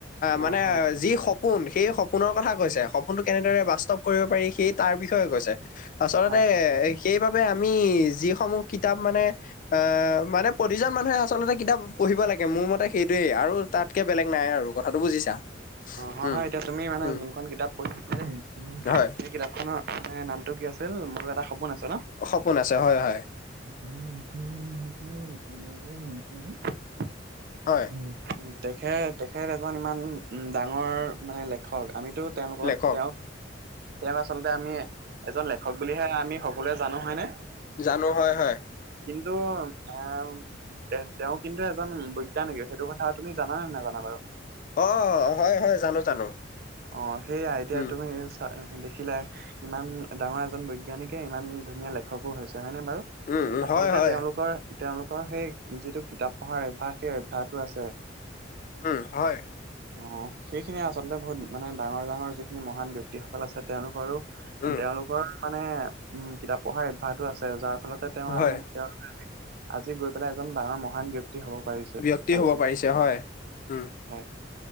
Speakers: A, on the right (about 55°); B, on the left (about 45°).
A: অ
B: মানে
A: হয়
B: যি সপো পোন সেই সপোনৰ কথা কৈছে, সপোনটো কেনেদৰে বাস্তৱ কৰিব পাৰি সেই তাৰ বিষয়ে কৈছে, আচলতে
A: হয় হয়
B: সেইবাবে আমি যিসমূহ কিতাপ মানে আ' মানে প্ৰতিজন মানুহে আচলতে কিতাপ পঢ়িব লাগে মোৰ মতে সেইটোয়েই আৰু তাতকে বেলেগ নাই আৰু কথাটো বুজিছা?
A: অ' হয়,
B: উম,
A: হয় এতিয়া তুমি মানে
B: উম,
A: যোনখন কিতাপ পঢ়িছিলা,
B: হয়
A: সেই কিতাপখনৰ মানে নামটো কি আছিল, মোৰ এটা সপোন আছে ন'?
B: সপোন আছে হয়, হয়।
A: <unintelligible>
B: হয়।
A: উ তেখেত, তেখেত এজন ইমান ডাঙৰ মানে লেখক, আমিটো তেওঁলোকক
B: লেখক
A: তেওঁক, তেওঁক আচলতে আমি এজন লেখক বুলিহে আমি ক'বলৈ জানো হয়নে?
B: জানো হয়, হয়।
A: কিন্তু এ' তে-তেওঁ কিন্তু এজন বৈজ্ঞানিক সেইটো কথা তুমি জান নে' নাজানা বাৰু?
B: অ' হয়, হয় জানো, জানো।
A: অ, সেইয়াই এতিয়া
B: উম
A: তুমি আ' দেখিলাই, ইমান ডাঙৰ এজন বৈজ্ঞানিকে ইমান ধুনীয়া লেখকো হৈছে হয়নে বাৰু?
B: উম উম
A: আচলতে
B: হয় হয়
A: তেওঁলোকৰ, তেওঁলোকৰ সেই যিটো কিতাপ পঢ়াৰ অভ্যাস, সেই অভ্যাসটো আছে।
B: উ'ম হয়।
A: অ'! সেইখিনিয়ে আচলতে, বহুত মানে, ডাঙৰ- ডাঙৰ যিখিনি, মহান ব্যক্তিসকল আছে, তেওঁলোকৰো
B: উম
A: তেওঁলোকৰ মানে, উম! কিতাপ পঢ়াৰ অভ্যাসটো আছে, যাৰ ফলতে তেওঁ,
B: হয়
A: আমাৰ তেওঁলোকে আজি, আজি গৈ পেলাই, এজন ডাঙৰ মহান ব্য ক্তি হ'ব পাৰিছে,
B: ব্যক্তি
A: পাৰিছেগে।
B: হ'ব পাৰিছে হয় উম
A: হয়!